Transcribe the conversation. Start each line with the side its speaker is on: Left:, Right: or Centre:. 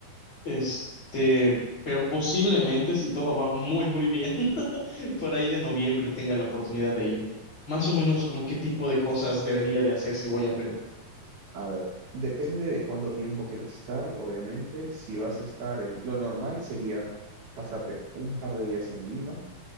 Left: Este, pero posiblemente si todo va muy, muy bien, <laughs> por ahí de noviembre tenga la oportunidad de ir. Más o menos como qué tipo de cosas debería de hacer si voy a Perú.
Right: A ver, depende de cuánto tiempo quieras estar, obviamente, si vas a estar en... Lo normal sería pasarte un par de días en Lima,